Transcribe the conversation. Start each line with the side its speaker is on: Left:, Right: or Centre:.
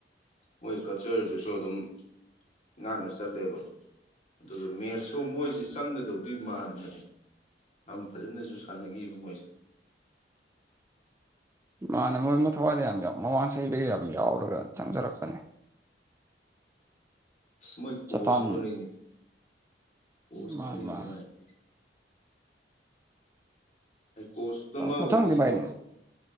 Left: ꯃꯣꯏ ꯀꯜꯆꯔꯗꯨꯁꯨ ꯑꯗꯨꯝ ꯉꯥꯛꯅ ꯆꯠꯂꯦꯕ ꯑꯗꯨꯒ ꯃꯦꯠꯁꯁꯨ ꯃꯣꯏꯁꯤ ꯆꯪꯒꯗꯧꯗꯤ ꯃꯥꯟꯕꯅꯦ ꯌꯥꯝ ꯐꯖꯅꯁꯨ ꯁꯥꯟꯅꯈꯤꯕ ꯃꯣꯏꯁꯦ
Right: ꯃꯥꯅꯦ ꯃꯣꯏ ꯃꯊꯋꯥꯗꯤ ꯌꯥꯝ ꯌꯥꯎ ꯃꯃꯥꯡ ꯆꯍꯤꯗꯒꯤ ꯌꯥꯝ ꯌꯥꯎꯔꯒ ꯆꯪꯖꯔꯛꯄꯅꯦ
Left: ꯃꯣꯏ ꯀꯣꯁ
Right: ꯖꯄꯥꯟ
Left: ꯇꯨꯅꯤꯅꯤ ꯀꯣꯁꯇꯨꯅꯤꯅꯤ
Right: ꯃꯥꯅꯤ ꯃꯥꯅꯤ
Left: ꯅꯨꯉꯥꯏꯇ꯭ꯔꯤꯁꯦ <unintelligible> ꯀꯣꯁ ꯇꯨꯃ ꯑꯣꯏꯕꯒꯤꯀꯣ
Right: ꯃꯊꯪꯗꯤ ꯚꯥꯏ